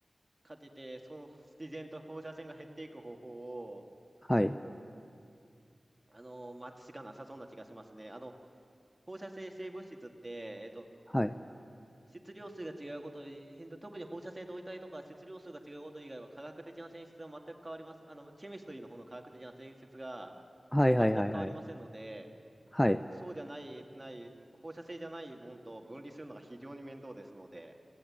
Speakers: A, on the right; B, on the left.
A: かけて、その自然と放射線が減っていく方法を、
B: はい、
A: あの、待つしかなさそうな気がしますね。あの、放射性性物質って、えっと、
B: はい、
A: 質量数が違うこと変動特に放射性同位体とか質量数が違うこと以外は科学的な性質は全く変わりません。あの、ケミストリーの方の科学的な性質が
B: はい、
A: 全く変わりませんので、
B: はい、はい、はい、はい、
A: そうじゃない、ない、放射性じゃないもんと分離するのが非常に面倒ですので、